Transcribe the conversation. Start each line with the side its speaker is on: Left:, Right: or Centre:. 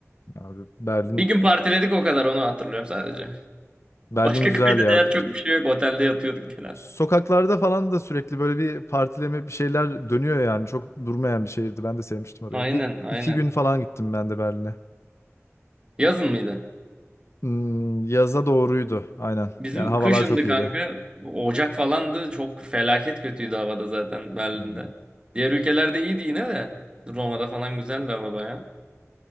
Left: Abi Berlin
Right: Bir gün partiledik o kadar onu hatırlıyorum sadece.
Left: Berlin
Right: Başka
Left: güzel
Right: kayda
Left: ya.
Right: değer çok bir şey yok. Otelde yatıyorduk genel.
Left: Sokaklarda falan da sürekli böyle bir partileme bir şeyler dönüyor yani. Çok durmayan bir şehirdi. Ben de sevmiştim orayı.
Right: Aynen
Left: Bir
Right: aynen.
Left: iki gün falan gittim ben de Berlin'e.
Right: Yazın mıydı?
Left: Hmm, yaza doğruydu. Aynen.
Right: Bizim
Left: Yani havalar
Right: kışındı
Left: çok
Right: kanka.
Left: iyiydi.
Right: Ocak falandı. Çok felaket kötüydü havada zaten Berlin'de.
Left: Hmm.
Right: Diğer ülkelerde iyiydi yine de. Roma'da falan güzeldi hava baya.